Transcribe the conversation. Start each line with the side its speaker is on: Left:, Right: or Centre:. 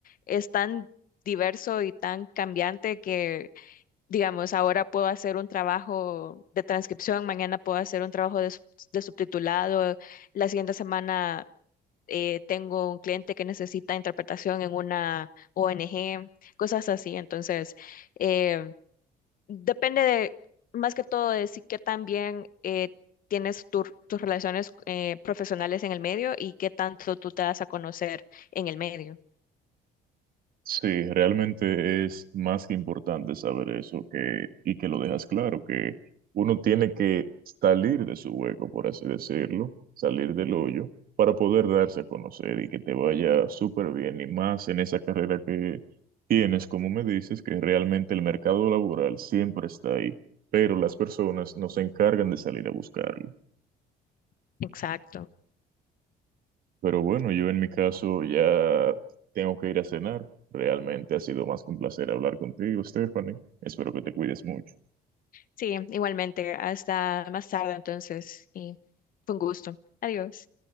Left: es tan diverso y tan cambiante que, digamos, ahora puedo hacer un trabajo de transcripción, mañana puedo hacer un trabajo de, sub- de subtitulado, la siguiente semana eh, tengo un cliente que necesita interpretación en una ONG, cosas así. Entonces, eh, Depende de, más que todo, de si qué tan bien eh, tienes tu- tus relaciones eh, profesionales en el medio y qué tanto tú te das a conocer en el medio.
Right: Sí, realmente es más que importante saber eso que, y que lo dejas claro, que uno tiene que salir de su hueco, por así decirlo, salir del hoyo, para poder darse a conocer y que te vaya súper bien, y más en esa carrera que tienes, como me dices, que realmente el mercado laboral siempre está ahí, pero las personas no se encargan de salir a buscarlo.
Left: Exacto.
Right: Pero bueno, yo en mi caso ya tengo que ir a cenar. Realmente ha sido más que un placer hablar contigo, Stephanie. Espero que te cuides mucho.
Left: Sí, igualmente. Hasta más tarde entonces. Y fue un gusto. Adiós.